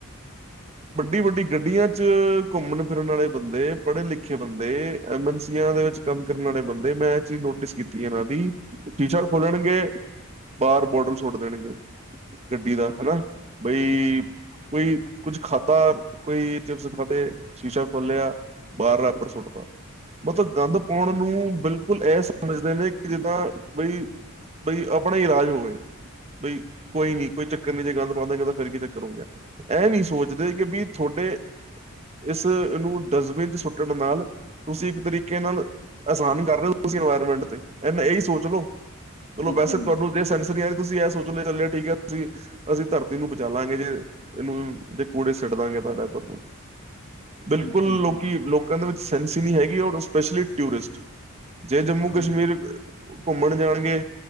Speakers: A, on the left; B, on the right.
A: <inaudible>
B: ਵੱਡੀ-ਵੱਡੀ ਗੱਡੀਆਂ 'ਚ, ਘੁੰਮਣ-ਫਿਰਨ ਵਾਲੇ ਬੰਦੇ, ਪੜ੍ਹੇ ਲਿਖੇ ਬੰਦੇ, ਐਮ ਐਨ ਸ ਇਹਨਾ ਦੇ ਵਿੱਚ ਕੰਮ ਕਰਨ ਵਾਲੇ ਬੰਦੇ, ਮੈਂ ਐਹ ਚੀਜ਼ ਨੋਟਿਸ ਕੀਤੀ ਇਹਨਾਂ ਦੀ, ਸ਼ੀਸ਼ਾ ਖੋਲਣਗੇ। ਬਾਹਰ ਬੋਟਲ ਸੁੱਟ ਦੇਣਗੇ, ਗੱਡੀ ਦਾ, ਹਨਾ ਬਈ ਕੋਈ ਕੁਛ ਖਾਧਾ, ਕੋਈ ਚਿਪਸ ਖਾਧੇ, ਸ਼ੀਸ਼ਾ ਖੋਲਿਆ ਬਾਹਰਲਾ ਰੈਪਰ ਸੁੱਟਤਾ। ਮਤਲਬ ਗੰਦ ਪਾਉਣ ਨੂੰ, ਬਿਲਕੁਲ ਐਹ ਸਮਝਦੇ ਨੇ ਕਿ ਜਿੱਦਾਂ ਬਈ ਬਈ ਆਪਣਾ ਹੀ ਈ ਰਾਜ ਹੋਵੇ, ਬਈ, ਕੋਈ ਨੀ ਕੋਈ ਚੱਕਰ ਨੀ, ਜੇ ਗੰਧ ਉਹ ਕਹਿੰਦਾ ਫੇਰ ਕੀ ਚੱਕਰ ਹੋ ਗਿਆ, ਐਹ ਨੀ ਸੋਚਦੇ ਕਿ ਵੀ ਤੁਹਾਡੇ ਇਸ, ਨੂੰ ਡਸਟਬਿਨ 'ਚ ਸੁੱਟਣ ਨਾਲ, ਤੁਸੀਂ ਇਕ ਤਰੀਕੇ ਨਾਲ, ਅਹਿਸਾਨ ਕਰ ਰਹੇ ਹੋ ਤੁਸੀਂ ਇਨਵਾਇਰਮੈਂਟ ਤੇ, ਇਹਨਾ, ਇਹੀ ਸੋਚ ਲਓ।
A: ਬਿਲਕੁਲ
B: ਚਲੋ ਵੈਸੇ ਤੁਹਾਨੂੰ ਜੇ ਸੈਂਸ ਨੀ ਆਈ, ਤੁਸੀਂ ਇਹ ਸੋਚ ਲਿਆ ਚੱਲਿਆ ਠੀਕ ਐ ਤੁਸੀਂ ਅਸੀਂ ਧਰਤੀ ਨੂੰ ਬਚਾਲਾਂਗੇ ਜੇ, ਇਹਨੂੰ ਜੇ ਕੂੜੇ ਛੱਡ ਦਾਂਗੇ ਤਾਂ ਡੈਪਰ ਨੂੰ। ਬਿਲਕੁਲ
A: ਸਹੀ ਕਹਿ
B: ਲੋਕੀ,
A: ਰਹੇ
B: ਲੋਕਾਂ ਦੇ ਵਿੱਚ ਸੈਂਸ ਹੀ ਨੀ ਹੈਗੀ ਓ ਤਾਂ ਸਪੈਸ਼ਲੀ ਟੂਰਿਸਟ, ਜੇ ਜੰਮੂ-ਕਸ਼ਮੀਰ
A: ਹੋ।
B: ਘੁੰਮਣ ਜਾਣਗੇ